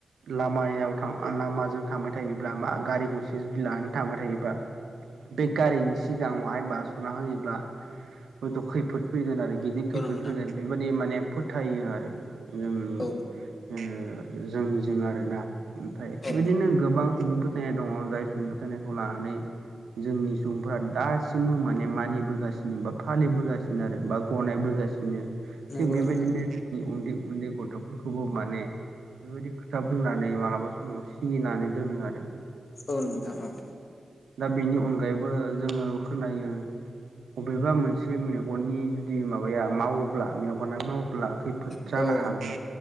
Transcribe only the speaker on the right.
लामायाव थां लामाजों थांबाय थायोब्ला मा गारि गंसे जुदि लानानै थांबाय थायोबा बे गारिनि सिगाङावहाय बाज्ल'ना होयोब्ला हयथ' खैफोद फैगोन आरो गिदिर खैफोद
फैगोन बेबायदि माने फोथायो आरो जोंनि
ओ जोंनिजों आरोना ओमफ्राय बेबायदिनो
गोबां सुबुं फोथायनाय दङ जाय सुबुं फोथायनायखौ लानानै जोंनि सुबुंफ्रा दासिमबो माने मानिबोगासिनो बा फालिबोगासिनो आरो बा गनायबोगासिनो
थिग बेबायदिनो
उन्दै उन्दै गथ'फोरखौबो माने बेफोरबायदि खोथा बुंनानै मालाबा समाव सिगिनानै दोनो आरो
दा बेनि अनगायैबो जोङो खोनायो। अबेबा मोनसे मेगननि जुदि माबाया मावोब्ला मेगना मावोब्ला खै फोद
जानो
हागौ